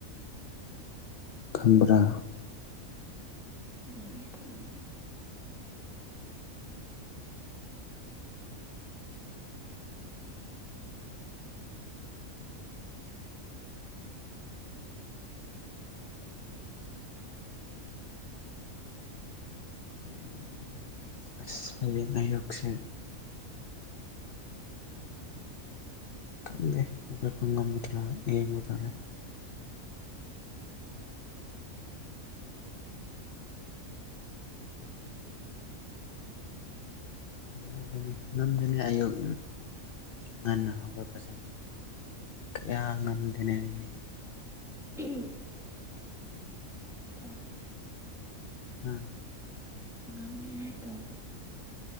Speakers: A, on the left (about 55°); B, in the centre.
A: ꯈꯪꯕꯔ
B: ꯈꯪꯗꯤ ꯈꯪꯉꯦ
A: ꯑꯁ ꯍꯌꯦꯡ ꯑꯌꯨꯛꯁꯦ ꯈꯪꯗꯦ ꯑꯩꯈꯣꯏꯄ <unintelligible> ꯉꯝꯃꯗ꯭ꯔꯥ ꯑꯦꯡꯕ ꯇꯥꯔꯦ ꯌꯥꯗꯦꯅꯦ ꯉꯝꯗꯦꯅꯦ ꯑꯌꯨꯛ ꯉꯟꯅ ꯍꯧꯒꯠꯄꯁꯦ ꯀꯌꯥ ꯉꯝꯗꯦꯅꯦ ꯑꯩꯗꯤ
B: ꯇ <unintelligible>
A: ꯎꯝ
B: ꯉꯝꯅꯤꯍꯥꯏꯗꯣ